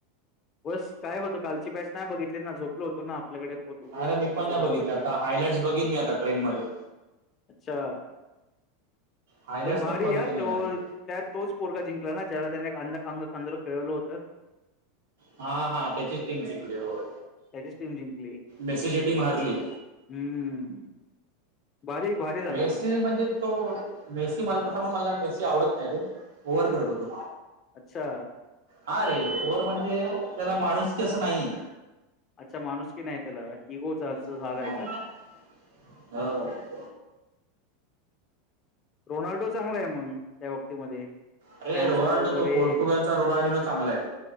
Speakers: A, on the left (about 30°); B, on the right (about 80°).
A: बस काय होतं कालची मॅच नाही बघितली ना झोपलो होतो ना आपल्याकडे
B: अरे मी
A: ऑफिसला
B: पण नाही
A: जावं
B: बघितलं
A: लागतं.
B: आता हायलाइट्स बघेन मी आता ट्रेन मध्ये.
A: अच्छा,
B: हायलाइट्स
A: पण भारी
B: बघितले
A: आहे हा
B: नाही
A: तो
B: मी अजून
A: त्यात तोच पोरगा जिंकला ना ज्याला त्याने एक अंदा अंगखांंदया वर खेळवलं होतं.
B: हा हा त्याचीच टीम जिंकली हो.
A: त्याचीच टीम जिंकली.
B: मेसीची टीम हारली.
A: हम्म, भारी भारी झालं
B: मेसी
A: पण
B: म्हणजे तो मेसी मला तसा पण मला मेसी आवडत नाही रे. ओव्हर करतो तो.
A: अच्छा
B: हा रे ओव्हर म्हणजे, त्याला माणूसकी असं नाहीये.
A: अच्छा माणूसकी नाही त्याला, इगो जास्त झालाय
B: नाहीये
A: का?
B: हो
A: रोनाल्डो चांगलाय मंग त्या बाबतीमध्ये
B: अरे
A: फॅन्सला
B: रोनाल्डो
A: वगैरे
B: तो पोर्तुगालचा रोनाल्डोनो चांगला आहे,